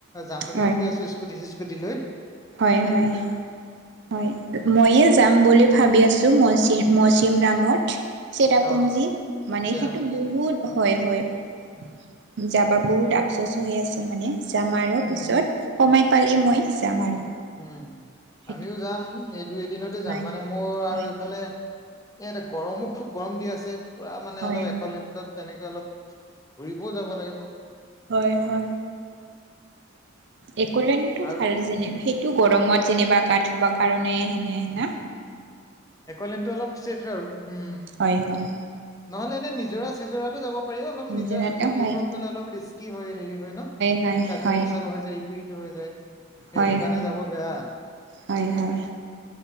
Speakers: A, on the left; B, on the right.
A: যাম বুলি
B: হয়
A: ভাবি আছো। <unintelligible>
B: হয় হয়। হয় ময়ে যাম বুলি ভাবি আছো মৌচি মৌচিম ৰামত। চেৰাপুঞ্জী
A: অ
B: মানে
A: চেৰাপুঞ্জী
B: সেইটো বহুত হয় হয়।
A: উম
B: যাবা বহুত আপচোচ হৈ আছে মানে যাম আৰু
A: উম
B: পিছত। সময় পালেই মই যাম আৰু
A: উম
B: সেইটো
A: আমিও যাম এই দুই এদিনতে
B: হয়
A: যাম মানে মোৰ আৰু
B: হয়
A: এইফালে এইআতে গৰমো খুব গৰম দি আছে পুৰা মানে
B: হয়
A: অলপ একলেণ্ডত। তেনেকে অলপ ঘূৰিবও যাব লাগিব।
B: হয় হয় একলেণ্ডতো
A: আৰু
B: ভাল যেনে সেই টো গৰমত যেনিবা গা ধুবা কাৰণে সেনেনা।
A: একলেণ্ডতো অলপ ছেফ আৰু উম
B: হয় হয়
A: নহলে এনে নিজৰা চিজৰাটো যাব <unintelligible>
B: নিজৰাতে
A: নিজৰা চিজৰা সেইবোৰ
B: হয়
A: গলে অলপ ৰিসকি হয় হেৰি হয় ন
B: হয়
A: কাজিয়া
B: হয়
A: পেছাল হৈ যায় <unintelligible> হৈ যায় সেইটো
B: হয়
A: কাৰণে
B: হয়
A: যাব বেয়া।
B: হয়, হয়